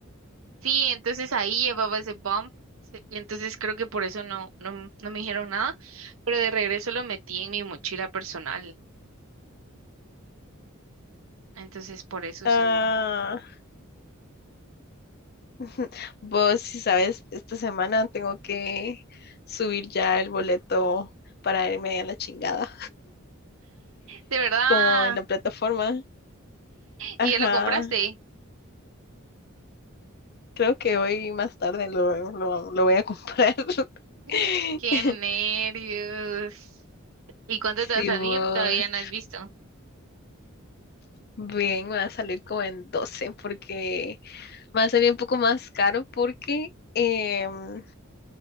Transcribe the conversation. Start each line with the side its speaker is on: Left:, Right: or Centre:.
Right: sí, entonces ahí llevaba ese bump. se- Y entonces creo que por eso no, no, no me dijeron nada, pero de regreso lo metí en mi mochila personal. Entonces por eso
Left: Ah,
Right: seguro.
Left: <laughs> vos, si sabes, esta semana tengo que subir ya el boleto para irme a la chingada,
Right: De verdad.
Left: como en la plataforma. Ajá,
Right: ¿Y ya lo compraste?
Left: creo que hoy más tarde lo, lo, lo voy a comprar.
Right: Mm.
Left: <laughs>
Right: Qué nervios. ¿Y cuánto
Left: Si
Right: te va a salir?
Left: vos,
Right: Todavía no has visto.
Left: bien, me va a salir como en 12, porque me va a salir un poco más caro porque... em,